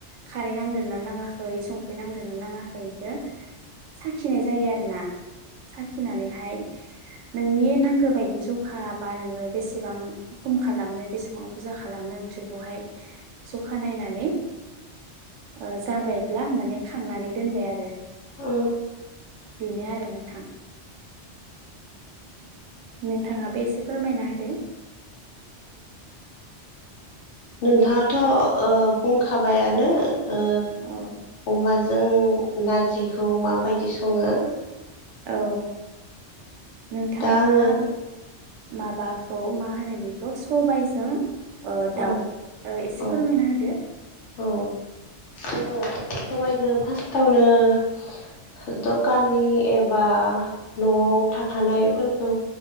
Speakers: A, on the right; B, on the left.
A: खारै नांदेरना नाङाखै संख्रि नांदेरना नाङाखै हो साखिनाय जायो आरोना साखिनानैहाय नोंनि नांगौ बायदि जखाबा नोङो बेसेबां खम खालामनो बेसेबां बुरजा खालामनो संख्रिखौहाय जखा नायनानै ओ जाबायब्ला माने खांनानै दोनबाय आरो।
B: औ
A: बेनो आरो नोंथां। नोंथाङाबो एसे फोरमायना होदो।
B: नोंथाङाथ'ओ बुंखाबायानो ओ
A: औ
B: अमा जो जों नारजिखौ माबायदि सङो?
A: औ। नोंथाङा
B: दा आङो
A: माबाखौ मा होनो बेखौ सबायजों ओ दाउ
B: औ
A: एसे
B: औ
A: फोरमायना होदो।
B: औ आङो साबाय फार्स्टआवनो दखाननि एबा न'आव थाखानाय फोरखौ